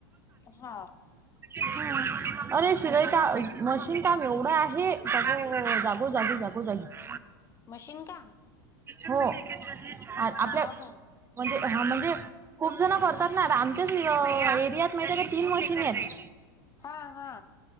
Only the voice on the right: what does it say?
ह अरे शिलाई का मशीन काम एवढं आहे अबो जागोजागी जागोजागी <inaudible>
हो आ-
आपल्या
म्हणजे हा म्हणजे खूप जण करतात ना आमच्याच एरियात माहिते का तीन मशीन आहेत